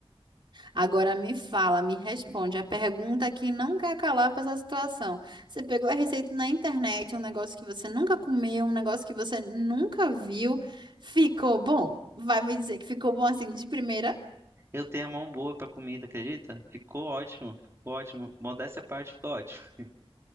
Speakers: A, on the right; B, on the right.
A: Agora me fala, me responde a pergunta que não quer calar para essa situação. Você pegou a receita na internet, um negócio que você nunca comeu, um negócio que você nunca viu, ficou bom? Vai me dizer que ficou bom assim de primeira?
B: Eu tenho a mão boa pra comida, acredita? Ficou ótimo, ficou ótimo. Modéstia à parte, ficou ótimo. <laughs>